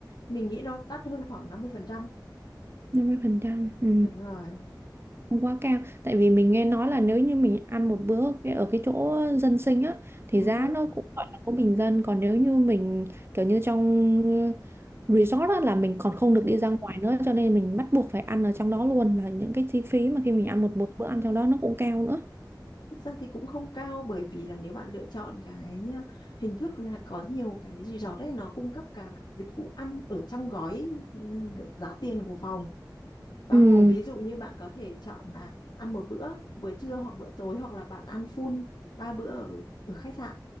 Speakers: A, on the left (about 70°); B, on the right (about 30°).
A: mình nghĩ nó đắt hơn khoảng năm mươi phần trăm
B: 50% ừ.
A: đúng rồi
B: Không quá cao tại vì mình nghe nói là nếu như mình ăn một bữa cái- ở cái chỗ dân sinh á thì
A: Ừ
B: giá
A: hứ.
B: nó cũng gọi là cũng bình dân còn nếu như mình kiểu như trong ờ, resort á là mình
A: Ừ.
B: còn không được đi ra ngoài nữa cho nên mình bắt buộc phải ăn ở trong đó luôn và những cái chi phí mà khi mình ăn một bữa, bữa ăn trong đó nó cũng cao nữa
A: Thực ra thì cũng không cao bởi vì là nếu bạn lựa chọn cái uh, hình thức là có nhiều cái resort ấy nó cung cấp cả dịch vụ ăn ở trong gói ừ, giá tiền của phòng bao
B: ừ,
A: gồm ví dụ như bạn có thể chọn là ăn một bữa bữa trưa hoặc bữa tối hoặc là bạn ăn full ba bữa ở ở khách sạn